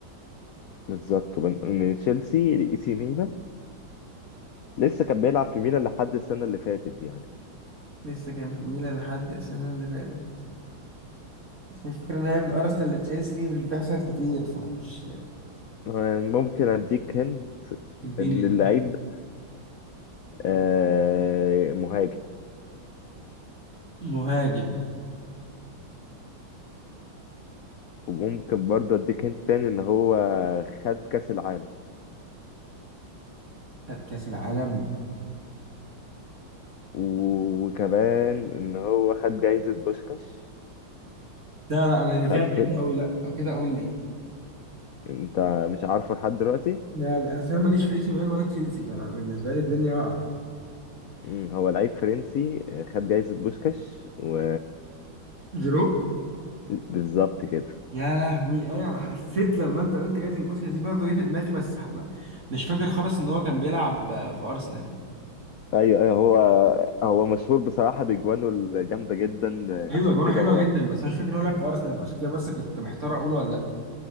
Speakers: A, on the left; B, on the right.
A: بالظبط وبن- من تشيلسي لإي سي ميلان لسه كان بيلعب في ميلان لحد السنة اللي فاتت يعني
B: لسه كان في ميلان لحد السنة اللي فاتت بس الفكرة إن هي من أرسنال لتشيلسي دي مش بيحصل كتير فمش
A: آه، ممكن اديك هند
B: اديني
A: ان
B: هنا.
A: اللعيب ده آه، مهاجم
B: مهاجم
A: وممكن برضه اديك هند تاني ان هو خد كاس العالم
B: خد كأس العالم
A: و- وكمان ان هو خد جايزة بوشكاش
B: لا لا أنا
A: في
B: كده
A: الف
B: بعدت أوي لا لو كده قول لي
A: انت مش عارفه لحد دلوقتي
B: لا بقى، أصل أنا ماليش في إي سي ميلان ولا تشيلسي فأنا بالنسبة لي الدنيا واقعة
A: مم، هو لعيب فرنسي آه، خد جايزة بوشكاش و
B: جيرو
A: بالظبط كده
B: يا لهوي أيوة أنا حسيت لما أنت قلت جايزة بوسكاس دي برضه جه في دماغي بس ح- مش فاكر خالص إن هو كان بيلعب في أرسنال دي
A: ايوه ايوه هو هو مشهور بصراحة بأجوانه الجامدة جدا آه،
B: ايوه
A: عشان
B: جونه
A: كده
B: حلوه
A: هو
B: جدا بس انا مش فاكر إن هو لعب في ارسنال فعشان كده بس كنت محتار اقوله ولا لا